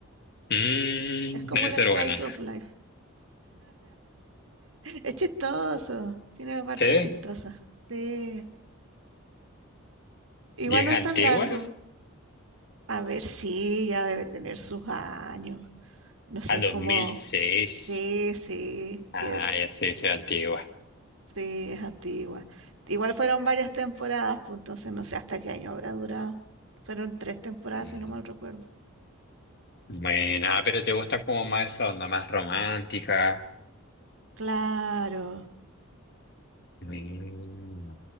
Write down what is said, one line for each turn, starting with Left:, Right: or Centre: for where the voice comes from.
Left: Mm,
Right: es como
Left: debe
Right: un
Left: ser
Right: slice
Left: buena.
Right: of life. Es chistoso, tiene parte
Left: ¿Sí?
Right: chistosa. Sí, igual
Left: ¿Y es
Right: no
Left: antigua?
Right: es tan largo. A ver, sí, ya debe tener sus años. No sé,
Left: A
Right: es
Left: dos
Right: como,
Left: mil seis.
Right: sí, sí, tie-
Left: Ah, ya sé, sí, es antigua.
Right: sí, es antigua. Igual fueron varias temporadas, pues entonces no sé hasta qué año habrá durado. Fueron tres temporadas,
Left: Mm,
Right: si no mal recuerdo.
Left: Bueno, ah, pero te gusta como más esa onda más romántica.
Right: Claro,
Left: Mm.